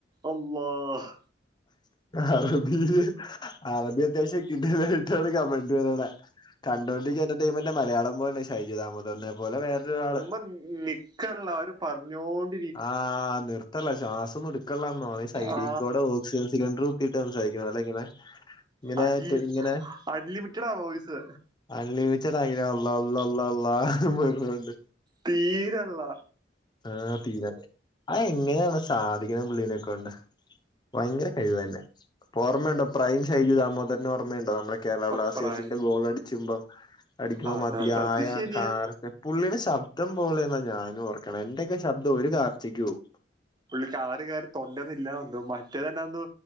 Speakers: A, on the right; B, on the left.
A: അല്ലാഹ്
B: അറബില് അറബി അത്യാവശ്യം കിട്ടി കിട്ടാണ് <unintelligible> കണ്ടോന്റെ എന്റർറ്റയ്മന്റെ മലയാളം പോലെ ശൈജുദാമോദരന്റെ പോലെ വേറൊരാള്
A: <unintelligible> കെല്ലാരും പറഞ്ഞോണ്ട്
B: ആഹ നിർത്തല്ലെ ശ്വാസംമുടി നിർത്തേല്ലെന്നോ ഈ സൈടികൂടെ
A: ആ
B: ഓക്സിജൻ സിലിണ്ടർ കുത്തിയിട്ട് സംസാരിക്കണം അല്ലെ ഇങ്ങനെ ഇങ്ങനെ
A: അജി
B: ഇങ്ങനെ
A: അൻലിമിറ്റഡ ആ വോയ്സ്
B: അൻലിമിറ്റടാ ആയി അല്ല അല്ല അല്ല വേറാൻഡ്
A: തീരല്ല
B: ആഹ തീരാ അ എങ്ങനെയാണ് സാധിക്കണെ പുള്ളീനെക്കൊണ്ട് വയങ്കരകഴിവന്നേ ഓമ്മയുണ്ടോ പ്രൈം ശൈജിദാമോദരനെ ഓർമ്മയുണ്ടോ നമ്മള കേരള ബ്ലാസ്റ്റേഴ്സിന്റെ
A: ഒപ്പറായി
B: ഗോൾ അടിച്ചുമ്പോ അടിക്കുമ്പോ
A: ആ
B: മതിയായ
A: അത് ശരിയാ
B: കാർ പുള്ളിയുടെ ശബ്ദം പോലെന്നാ ഞാനും ഓർക്കണെ എന്റെക്കെ ശബ്ദം ഒരു കാർച്ചകോം
A: പുള്ളി കാറി കാറി തൊണ്ടന്നില്ലതോന്ന് മറ്റേ തന്നെന്നു